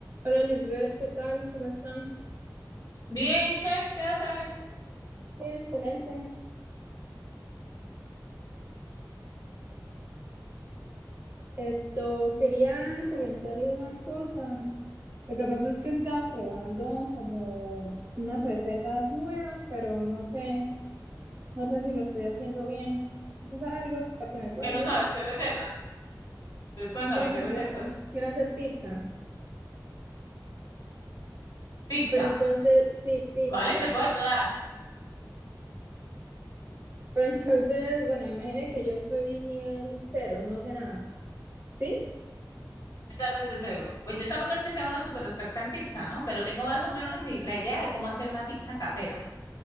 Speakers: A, on the right; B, on the left.
A: Hola Lisbeth, ¿qué tal? ¿Cómo están?
B: Bien, ¿y usted qué sale?
A: Bien, excelente. Esto, quería comentarle una cosa. Lo que pasa es que estaba probando como unas recetas nuevas, pero no sé, no sé si lo estoy haciendo bien. ¿Usted sabe algo para que me pueda
B: Que
A: ayudar?
B: no sabes qué recetas. Pues cuéntame
A: Quiero aprender,
B: qué recetas.
A: quiero hacer pizza,
B: Pizza,
A: pero entonces, sí, pizza.
B: ¿vale? Te puedo ayudar.
A: Pero <laughs> entonces, bueno, imagine que yo soy nivel cero, no sé nada. ¿Sí?
B: Estás desde cero. Pues yo tampoco es que sea una super experta en pizza, ¿no? Pero tengo más o menos la si- la idea de cómo hacer una pizza casera,